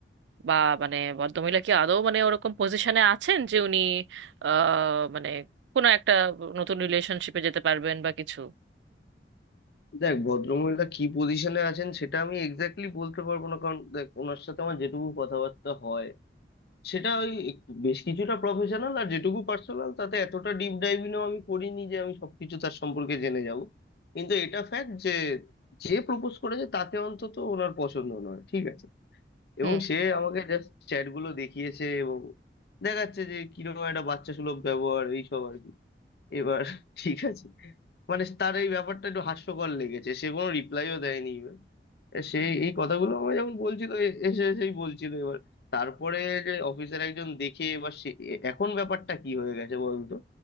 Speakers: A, on the right; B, on the left.
A: বা মানে ভদ্রমহিলা কি আদৌ মানে ওরকম পজিশনে আছেন যে উনি আহ মানে কোনো একটা নতুন রিলেশনশিপে যেতে পারবেন বা কিছু
B: দেখ ভদ্রমহিলা কি পজিশনে আছেন সেটা আমি এক্স্যাক্টলি বলতে পারবো না কারণ দেখ ওনার সাথে আমার যেটুকু কথাবার্তা হয় সেটা ওই একটু বেশ কিছুটা প্রফেশনাল আর যেটুকু পার্সোনাল তাতে এতটা ডিপ ডাইভিংও আমি করিনি যে আমি সবকিছু তার সম্পর্কে জেনে যাব কিন্তু এটা ফ্যাক্ট যে যে প্রপোজ করেছে তাকে অন্তত ওনার পছন্দ নয় ঠিক আছে এবং
A: হুম
B: সে আমাকে জাস্ট চ্যাট গুলো দেখিয়েছে এবং দেখাচ্ছে যে কিরকম একটা বাচ্চা সুলভ ব্যবহার এইসব আর কি এবার ঠিক আছে মানে তার এই ব্যাপারটা একটু হাস্যকর লেগেছে সে কোনো রিপ্লাইও দেয়নি সেই এই কথাগুলো আমার যখন বলছিল এ- এসে এসেই বলছিল এবার তারপরে যে অফিসার একজন দেখে এবার সে এ- এখন ব্যাপারটা কি হয়ে গেছে বলতো